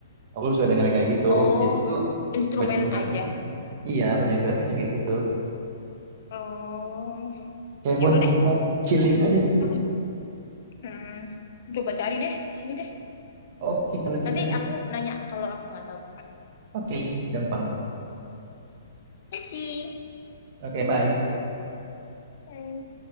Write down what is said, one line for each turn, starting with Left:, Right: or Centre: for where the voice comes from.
Right: Aku suka denger yang kayak gitu.
Left: Oh,
Right: Jadi tuh
Left: instrumen
Right: banyak yang gratisnya.
Left: aja.
Right: Iya, banyak yang gratisnya kayak gitu tuh.
Left: Oh,
Right: Kayak
Left: ya
Right: buat
Left: udah deh.
Right: buat
Left: Aku,
Right: chilling aja gitu.
Left: aku hmm, coba cari deh di sini deh.
Right: Oke, kalau
Left: Nanti
Right: gitu.
Left: aku nanya kalau aku nggak tahu.
Right: Oke, gampang.
Left: Kasih.
Right: Oke, bye.
Left: Bye.